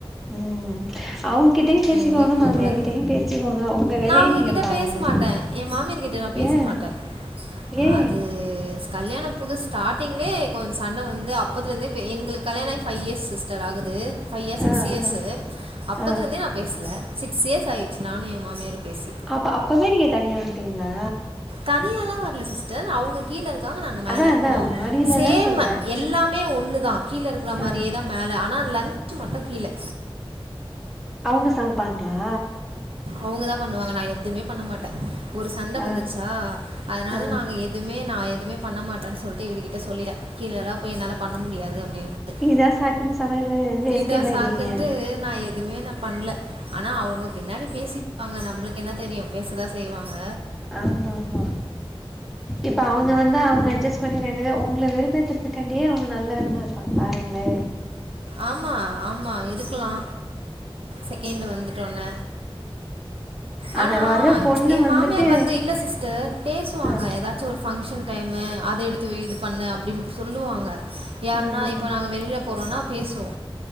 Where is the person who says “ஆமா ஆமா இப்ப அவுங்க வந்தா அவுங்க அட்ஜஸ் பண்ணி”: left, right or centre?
Centre